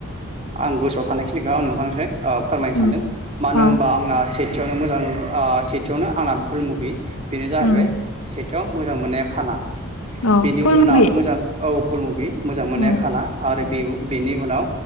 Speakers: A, on the right; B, on the left.
A: आं गोसोआव थानायखिनिखो आं नोंथांनोसै ओ फोरमायनो
B: उम
A: सानदों मानो
B: अ
A: होमबा आंना सेथियावनो मोजां ओ सेथियावनो आंना भुल मुभि बेनो जाहैबाय
B: उम
A: सेथियाव मो जां मोननाया खाना
B: अ
A: बेनि
B: फुल
A: उनाव
B: मुभि
A: मोजां औ भुल मुभि मोजां मोननाया
B: उम
A: खाना आरो बेव बेनि उनाव